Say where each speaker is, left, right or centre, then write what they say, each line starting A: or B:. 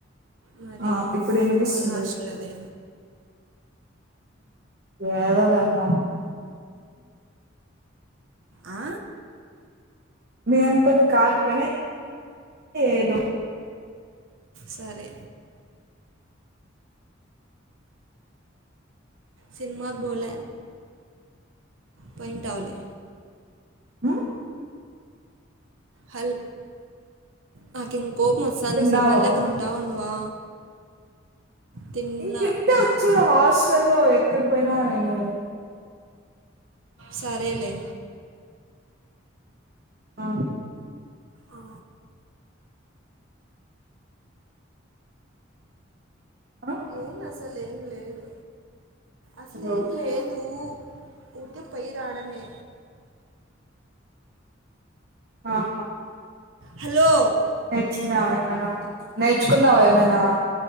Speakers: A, on the right; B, on the right.
A: మాది
B: ఆ ఇప్పుడు వినిపిస్తుంది
A: బోడి హాస్టల్ లెవే
B: ఏదో లేమ్మ
A: ఆ
B: నీ అంతది కాకపోయిన ఏదో
A: సరే సినిమాకు బోల పోయింటావు లే
B: ఉ
A: హల్ మాకిం కోపం వస్తాంది
B: తిన్నావా
A: నువ్వు సిగ్నల్ దగ్గర ఉంటావా ఉండవా తిన్నా
B: ఇంకింతే వచ్చేది హాస్టల్ లో ఎక్కడ పోయినా నేను
A: సరేలే
B: ఆ
A: ఆ,
B: ఆ
A: ఏం అసలే ఏం లేదు అసలేం
B: హలో
A: లేదు ఊరికే పోయ్ రాడమే
B: అహ
A: హలో
B: నేర్చున్నావ ఏమైనా నేర్చుకున్నావ ఏమైనా